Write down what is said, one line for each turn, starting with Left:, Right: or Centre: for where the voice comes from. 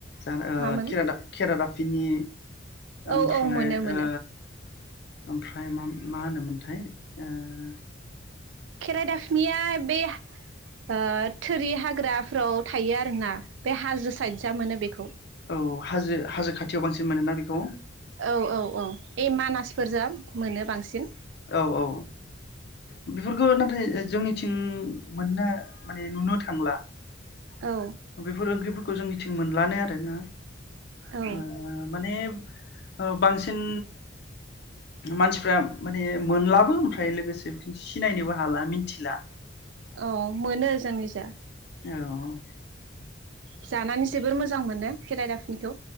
Left: जा ओ
Right: मामोन
Left: केरादा केरादा बिनि
Right: औ
Left: ओमफ्राय
Right: औ मोनो मोनो
Left: ओ ओमफ्राय मा होनोमोन नाथाय ओ
Right: खेराइ दाफिनिया बे ओ थोरि हा हाग्राफ्राव थायो आरोना बे हाजो साइदजा मोनो बेखौ
Left: औ हाजो हाजो खाथियाव बांसिन मोनोना बेखौ
Right: औ औ औ बे मानासफोरजों मोनो बांसिन
Left: ओ औ बेफोरखौ नाथाय जोंनिथिं मोननो माने नुनो थांला
Right: औ
Left: बेफोर ओंख्रिफोरखौ जोंनिथिं मोनलानो आरोना
Right: औ
Left: ओ माने ओ बांसिन मानसिफ्रा माने मोनलाबो ओमफ्राय लोगोसे बिथिं सिनायनोबो हाला मिथिला
Right: औ मोनो जोंनिजा
Left: औ
Right: जानानै जोबोर मोजां मोनो खेरा दाफिनिखौ